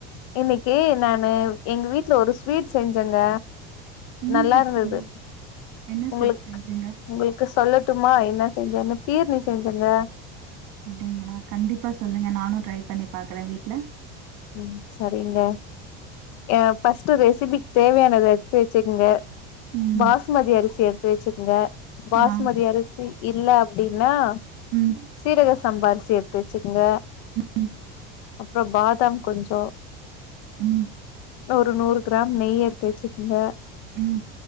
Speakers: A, on the left; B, on the right.
A: இன்னைக்கு நானு எங்க வீட்டு்ல ஒரு ஸ்வீட் செஞ்சேங்க
B: என்ன
A: நல்லா
B: ஸ்வீட்
A: இருந்தது
B: செஞ்சீங் என்ன
A: உங்களுக்கு
B: ஸ்வீட் செஞ்சீங்க
A: உங்களுக்கு சொல்லட்டுமா என்ன செஞ்சேன்னு பீர்னி செஞ்சேங்க
B: அப்டிங்களா கண்டிப்பா சொல்லுங்க நானு ட்ரை பண்ணி பாக்குறே வீட்ல
A: ம் சேரிங்க ஏ பர்ஸ்ட் ஒரு ரெசிபிக்கு தேவயானத எடுத்து வச்சுக்கோங்க
B: ம்
A: பாஸ்மதி அரிசி எடுத்து வச்சுக்கோங்க பாஸ்மதி
B: ஆ
A: அரிசி இல்ல அப்டின்னா
B: ம்
A: சீரக சம்பா அரிசி எடுத்து வச்சுக்கோங்க
B: ம்
A: அப்பறோ பாதாம் கொஞ்சோ
B: ம்
A: ஒரு நூறு கிரா நெய் எடுத்து வச்சுக்கோங்க
B: ம்